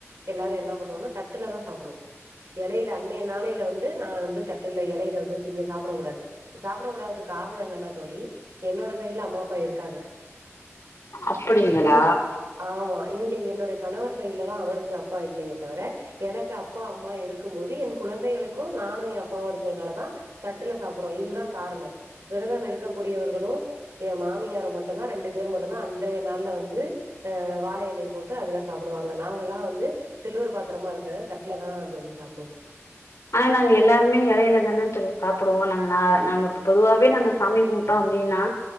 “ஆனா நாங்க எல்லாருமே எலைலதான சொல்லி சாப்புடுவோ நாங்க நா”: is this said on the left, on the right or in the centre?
Left